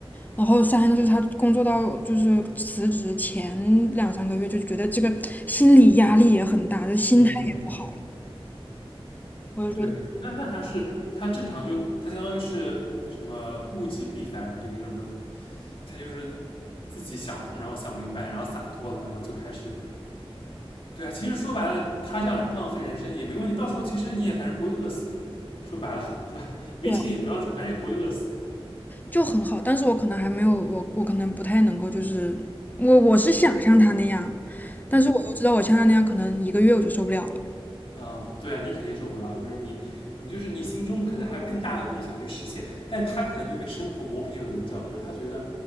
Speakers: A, on the left; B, on the left.
A: 然后三个就是他工作到就是辞职前两三个月就觉得这个心理压力也很大，就心态也不好了，
B: 嗯嗯嗯，
A: 我就觉得
B: 对，那那他是他正常就他相当于是什么物极必反，这个叫什么？他就是自己想通，然后想明白，然后洒脱了，然后就开始对啊，其实说白了，他这样浪费人生也没问题，到时候其实你也反正不会饿死，说白了，对吧？没钱也不要紧，
A: 对
B: 反正也不会饿死。
A: 就很好，但是我可能还没有我我可能不太能够就是我我是想像他那样，但是我又知道我像他那样可能一个月我就受不了了。
B: 嗯嗯，对啊，你肯定受不了，就是你，你就是你心中可能还有更大的梦想去实现，但他可能就被生活磨平了棱角，就是他觉得